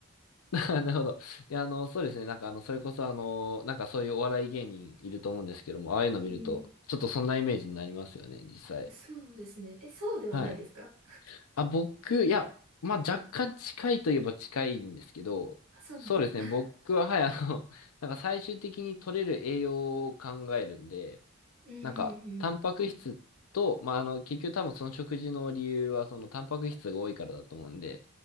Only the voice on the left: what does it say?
あなるほど。いや、あの、そうですね。なんか、あの、それこそ、あの、なんかそういうお笑い芸人いると思うんですけども、ああいうの見ると、
ちょっとそんなイメージになりますよね、実際。
はい。あ、僕、いや、まあ、若干近いといえば近いんですけど、
そうですね。
僕は、はい、あの、<laughs> なんか最終的に取れる栄養を考えるんで、
なんか、タンパク質と、まあ、あの、結局多分その食事の理由は、そのタンパク質が多いからだと思うんで、